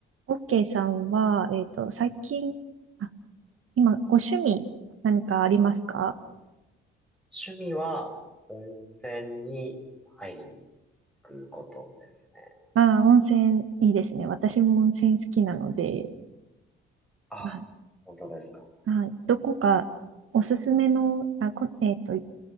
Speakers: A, on the right; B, in the centre.
A: オッケーさんは、えっと、最近、あ、今、ご趣味何かありますか
B: 趣味は温泉に入りに行くことですね。
A: ああー、温泉いいですね。私も温泉好きなので、
B: あ、
A: はい。
B: 本当ですか。
A: はい。どこかおすすめの、あ、こ、えっと、